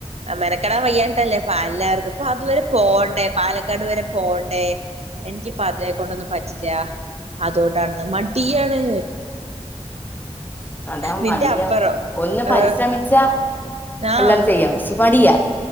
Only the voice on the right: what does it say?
ആ മെനക്കടാ വയ്യാനിട്ടല്ലേ പ്പ എല്ലാവർക്കും ഇപ്പൊ അതുവരെ പോവണ്ടേ പാലക്കാട് വരെ പോവണ്ടേ എനിക്ക് പാതിരായേ കൊണ്ടൊന്നും പറ്റില്ല അതുകൊണ്ടാണെന്ന് മടിയാണ്
നിന്റെ
അപ്പറം
ഏഹ്
ആഹ്